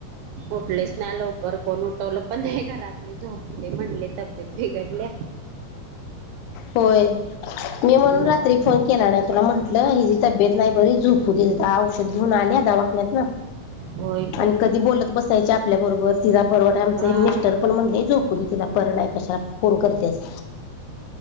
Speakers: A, on the right; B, on the left.
A: उठलेच ना लवकर कोण उठवलं पण हे घरातले झोप ते म्हणले तब्येत बिघडले
B: होय मी म्हणून
A: मग
B: रात्री फोन केला नाही तुला म्हणट हिची तब्येत नाही बरी झोपू दे औषध घेऊन आली दवाखान्यात
A: होय की
B: आणि कधी बोलत बसायचे आपल्याबरोबर तिला बरवाट आमचं
A: हा
B: हे मिस्टर पण म्हणलं झोप तिला बरं नाही कशाला फोन करतेस